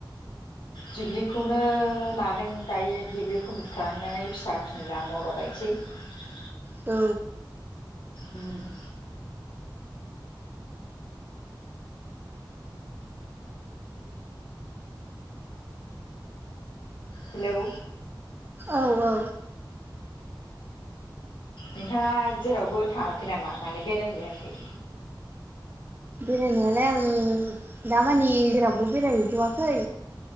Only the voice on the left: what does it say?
डिग्रिखौनो लादों दायो डिग्रि कमप्लिट खालामनानै फिसा फिसौ मावलाबाययनोसै <unintelligible>
उम <inaudible> हेलौ
नोंथाङा जेरावबो थाङाखै नामा माने बेरायहैयाखै